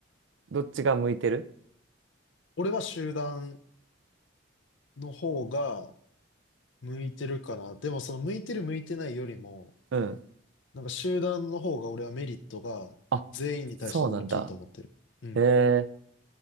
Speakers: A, on the right; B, on the left.
A: どっちが向いてる
B: 俺は集団の方が向いてるかな。でもその向いてる向いてないよりも、
A: うん。
B: なんか集団の方が俺はメリットが全員に対して大きいと思ってる。
A: あ、そうなんだ。
B: うん。
A: へえ、
B: っ